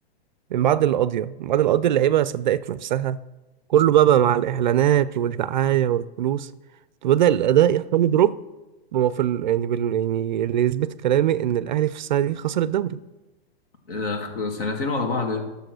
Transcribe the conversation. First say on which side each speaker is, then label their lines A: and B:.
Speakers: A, on the right; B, on the left.
A: من بعد القضيه من بعد القضيه اللعيبه صدقت نفسها كله بقى, بقى مع الاعلانات والدعايه والفلوس بدا الاداء يحصل له دروب هو في ال... يعني بال... يعني اللي يثبت كلامي ان الاهلي في السنه دي خسر الدوري
B: آه، سنتين ورا بعض يعني